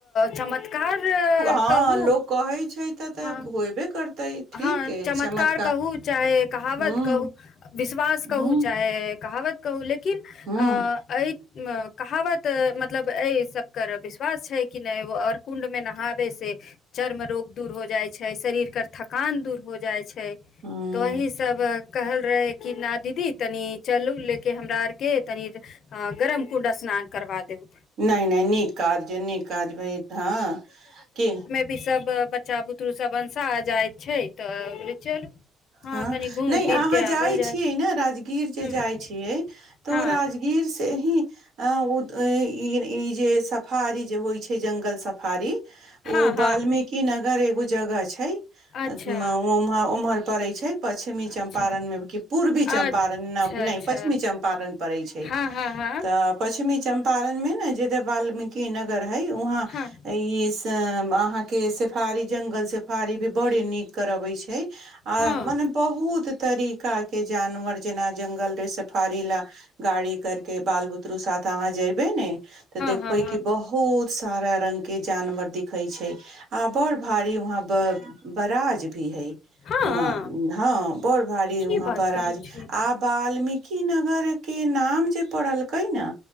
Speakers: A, on the left; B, on the right.
A: चमत कह
B: हँ लोग कहै छै तऽ तऽ
A: ह
B: होयबे करतै ठीक
A: ह
B: अइ
A: चमकार
B: चमत्कार
A: कहुँ चाहे कहावत
B: हुँ
A: कहू विश्वास कहू
B: हुँ
A: चाहे कहावत कहू लेकिन अ
B: हुँ
A: एहि कहावत मतलब एहि सभ कर विश्वास छै कि नहि ओ आओर कुंड मे नहाबै से। चर मे रोग दूर हो जाय छै शरीर के थकान दूर हो जाई छै।
B: हुँ
A: वही सभ कहल रहे। कि नहि दीदी तनि चलू लेके हमरा आरके तनि आ गरम कूडा स्नान करा देउ।
B: नहि नहि न क आज निकाज भाई तऽ हँ क।
A: सभ बच्चा बुतरु सभ अंसा जाइत छै तऽ चलू। हँ
B: ह
A: कनि घूम
B: नहि
A: फिर
B: अहाँ
A: के आवल
B: जाई
A: जाय
B: छियै ने राजगीर जे
A: ह
B: जाय छियै तऽ
A: हँ
B: ओ राजगी। गर से ही आ ई ई जे। सफारी जे होई छै जंगल सफारी
A: हँ
B: ओ
A: हँ
B: वाल्मीकि नगर एगो जगह छै।
A: अच्छा
B: उमहर उम्हर पड़े छै पश्चिमी
A: अच्छा
B: चम्पारण मे क पूर्वी चंम्पारण
A: अच्छा
B: नहि।
A: अच्छा
B: पश्चिमी चम्पारण पड़ै छै
A: हँ हँ हँ
B: त पश्चिमी चम्पारण मे ने जेत वाल्मीकि नगर हई वहाँ।
A: हँ
B: ई अहाँकेँ सफारी जंगल सेफारी भी बड़ नीक करबै छै। आ
A: हँ
B: मने बहुत तरीका के जानवर जेना जंगल सपारी लाब। गाड़ी करके बाल बुतरु साथ अहाँ जेबे ने ते
A: हँ
B: देखबे
A: हँ
B: कऽ बहुत। बहुत सारा रंगग के जानवर दिखई छै आ बड भारी वहाँ पर बराज भी है।
A: हँ
B: वहाँ
A: हँ
B: ह बर भारी
A: की
B: वहाँ
A: बात
B: बराज
A: कहै छै
B: आब। वाल्मीकि नगर के नाम जे पड़लकै न।